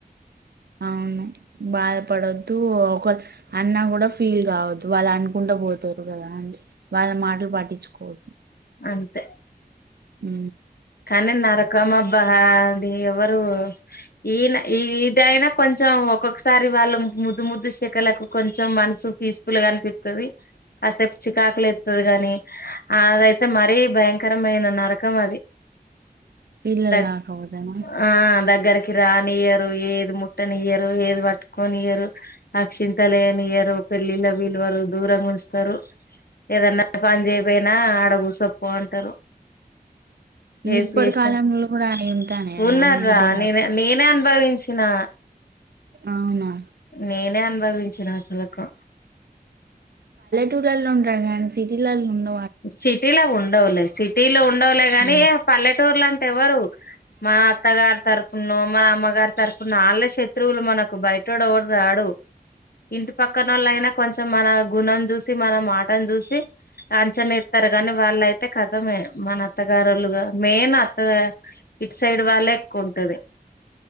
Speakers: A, on the right; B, on the left.
A: అవును బాధపడద్దు ఒక అన్నా కూడా ఫీల్ కావద్దు వాళ్ళు అనుకుంటా పోతారు కదా అ వాళ్ళ మాటలు పాటించుకోవద్దు
B: అంతే
A: ఉ
B: కానీ నరకం అబ్బా అది ఎవరు ఈయన ఇదైనా కొంచెం ఒక్కొక్కసారి వాళ్ళ ముద్దు ముద్దు శికలకు కొంచెం మనసు పీస్ఫుల్ గానిపితుది కాసేపు చికాకులు ఎతుది కాగాని అదైతే మరీ భయంకరమైన నరకం అది
A: పిల్లలు
B: ద
A: కాకపోతేనా
B: ఆ దగ్గర కి రాని ఇయరు ఏది ముట్టని ఇయ్యరు ఏది పట్టుకొని ఇయ్యరు అ చిింతలే అని ఇయ్యరు పెళ్ళిళ్ళ వీళ్లు వాళ్ళు దూరంగా ఉంచుతారు ఏదన్నా పని చేయపోయినా ఆడగుసపో అంటారు <unintelligible>
A: ఇప్పటి కాలంలో కూడా అయి ఉంటానయా
B: ఉన్న
A: నమ్మబుద్దే
B: రా
A: కాట్లే
B: నే నేనే అనుభవించ చిన్నా
A: అవునా
B: నేనే అనుభవించిన అసలకు
A: టూర్లల్లో ఉంటాడు గాని సిటీలల్లో ఉ
B: సిటీలో ఉండవులే సిటీలో ఉండవులే గాని
A: ఉమ్.
B: ఇగ పల్లెటూరుల ఎవరు మన అత్తగారి తరపునో మన అమ్మగారి తరపున వాళ్ళ శత్రువులు మనకు బయటోడ ఎవరు రాడు. ఇంటి పక్కన వాళ్ళ అయినా కొంచెం మన గుణం చూసి మన మాటను చూసి కాంచన్ ఎత్తారు గాని, వాళ్ళయితే కథమే మన అత్తగారులుగా మెయిన్ అత్త ఇట్ సైడ్ వాళ్ళే ఎక్కువ ఉంటది.